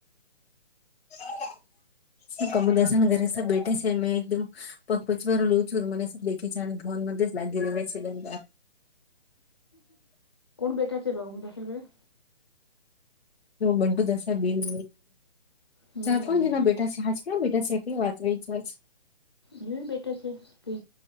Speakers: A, on the left (about 70°); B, on the left (about 25°).
A: હા. કમલદાસ ના ઘરે સબ બેઠે છે, મે એકદમ પ પચવાર લઉં છું મને દેખે છે ભોન. નાગીરે વ છેી દ <unintelligible>
B: કોણ બેટાર છે ભગ મુ દર <unintelligible>
A: બંટુદાાસ બેન
B: હમ
A: ચાર પાંચ જણા બેઠા છેજ <unintelligible> ક્યાં બેટા છેટલી વાત હો એ જ વા <unintelligible>
B: એવી બેઠર છે કે,